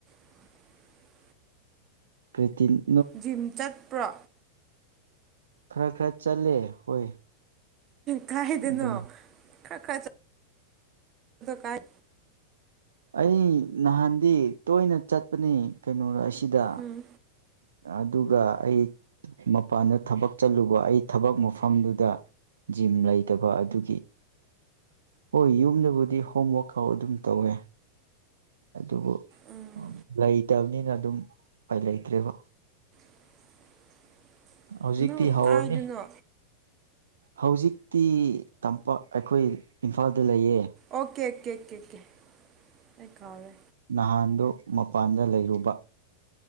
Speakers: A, on the right; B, on the right.
A: <inaudible>
B: ꯀ꯭ꯔꯤꯇꯤꯟ
A: ꯖꯤꯝ ꯆꯠꯄ꯭ꯔꯣ
B: ꯈꯔ ꯈꯔ ꯆꯠꯂꯦ ꯍꯣꯏ
A: ꯀꯥꯏꯗꯅꯣ
B: ꯑꯗꯨꯝ
A: ꯈ ꯈ ꯀꯥꯏ
B: ꯑꯩ ꯅꯍꯥꯟꯗꯤ ꯇꯣꯏꯅ ꯆꯠꯄꯅꯤ ꯀꯩꯅꯣꯗ ꯑꯁꯤꯗ
A: ꯎꯝ
B: ꯑꯗꯨꯒ ꯑꯩ ꯃꯄꯥꯟꯗ ꯊꯕꯛ ꯆꯠꯂꯨꯕ ꯑꯩ ꯊꯕꯛ ꯃꯐꯝꯗꯨꯗ ꯖꯤꯝ ꯂꯩꯇꯕ ꯑꯗꯨꯒꯤ ꯍꯣꯏ ꯌꯨꯝꯗꯕꯨꯗꯤ ꯍꯣꯝꯋꯔꯥꯛꯀꯥꯎ ꯑꯗꯨꯝ ꯇꯧꯋꯦ ꯑꯗꯨꯕꯨ
A: ꯎꯝ
B: ꯂꯩꯇꯕꯅꯤꯅ ꯑꯗꯨꯝ ꯄꯥꯏ ꯂꯩꯇ꯭ꯔꯦꯕ
A: <inaudible>
B: ꯍꯧꯖꯤꯛꯇꯤ
A: ꯅꯪ
B: ꯍꯧꯔꯅꯤ
A: ꯀꯥꯏꯗꯅꯣ
B: ꯍꯧꯖꯤꯛꯇꯤ ꯇꯝꯄꯥꯛ ꯑꯩꯈꯣꯏ ꯏꯝꯐꯥꯜꯗ ꯂꯩꯌꯦ
A: ꯑꯣꯀꯦ ꯑꯣꯀꯦ ꯑꯣꯀꯦ ꯑꯣꯀꯦ ꯀꯥꯎꯋꯦ
B: ꯅꯍꯥꯟꯗꯨ ꯃꯄꯥꯟꯗ ꯂꯩꯔꯨꯕ